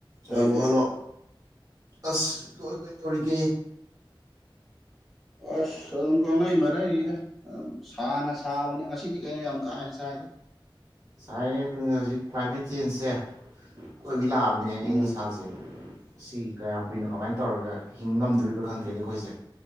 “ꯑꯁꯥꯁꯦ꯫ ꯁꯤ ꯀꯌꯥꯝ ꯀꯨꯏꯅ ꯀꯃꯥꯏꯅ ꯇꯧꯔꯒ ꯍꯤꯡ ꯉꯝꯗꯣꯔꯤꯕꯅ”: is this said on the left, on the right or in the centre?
Right